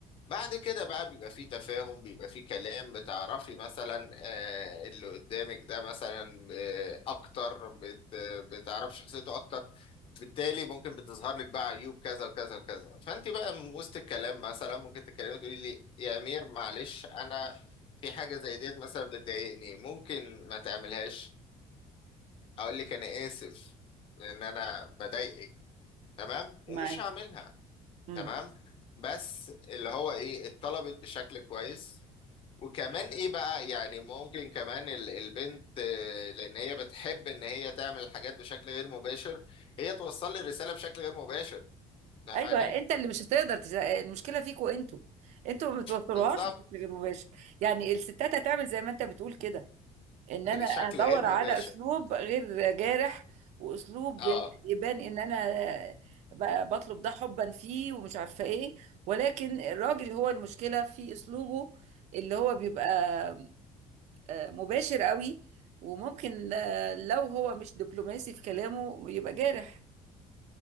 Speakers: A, on the left; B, on the right.
A: بعد كده بقى بيبقى فيه تفاهم بيبقى فيه كلام بتعرفي مثلا آه، اللي قدامك ده مثلا آه، اكتر بت بتعرفي شخصيته اكتر بالتالي ممكن بتظهر لك بقى عيوب كذا وكذا وكذا فانت بقى من وسط الكلام مثلا ممكن تتكلمي تقولي لي يا امير معلش انا في حاجة زي ديت مثلا بتضايقني ممكن ما تعملهاش اقول لك انا اسف ان انا بضايقك تمام
B: معاك
A: ومش هعملها
B: امم
A: تمام بس اللي هو ايه اتطلبت بشكل كويس وكمان ايه بقى يعني ممكن كمان ال- البنت آه، لان هي بتحب ان هي تعمل الحاجات بشكل غير مباشر هي توصل لي الرسالة بشكل غير مباشر فاهماني
B: ايوه انت اللي مش هتقدر تز... المشكله فيكوا انتوا انتوا ما بتوصلوهاش
A: بالظبط
B: بشكل غير مباشر يعني الستات هتعمل زي ما انت بتقول كده ان
A: بشكل
B: انا ادور
A: غير مباشر
B: على اسلوب غير جارح واسلوب
A: اه
B: يبان ان انا ب- بطلب ده حبا فيه ومش عارفه ايه ولكن الراجل هو المشكله في اسلوبه اللي هو بيبقى آه، مباشر قوي وممكن آه، لو هو مش دبلوماسي في كلامه يبقى جارح